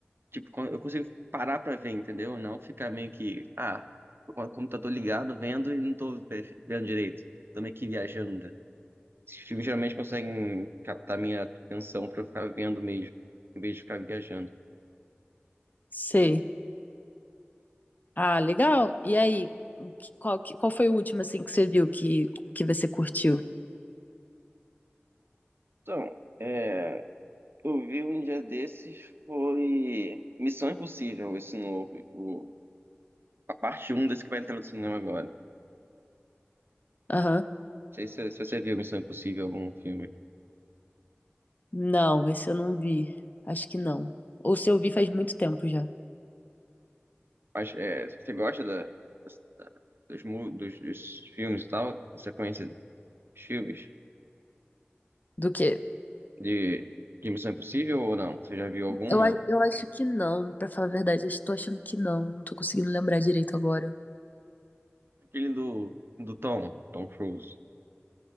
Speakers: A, on the right (about 65°); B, on the left (about 45°).
A: tipo, quando- eu consigo parar pra ver, entendeu? Não ficar meio que, ah, tô com o computador ligado, vendo e não tô ve- vendo direito. Tô meio que viajando. Esses filmes geralmente conseguem captar minha atenção pra eu ficar vendo mesmo, em vez de ficar viajando.
B: sei. Ah, legal. E aí, que- qual, que- qual foi o último, assim, que você viu que, que você curtiu?
A: Então, é, eu vi um dia desses foi Missão Impossível, esse novo, o, a parte um desse que vai entrar no cinema agora. Não
B: Aham.
A: sei se, se você viu Missão Impossível, algum filme.
B: Não, esse eu não vi. Acho que não. Ou se eu vi faz muito tempo já.
A: Mas é, você gosta da, da- dos, mu- dos, dos filmes e tal? Você conhece filmes
B: Do que?
A: de, de Missão Impossível ou não? Você já viu alguma?
B: Eu, a- eu acho que não, pra falar a verdade. Eu estou achando que não. Não tô conseguindo lembrar direito agora.
A: Aquele do, do Tom, Tom Cruise.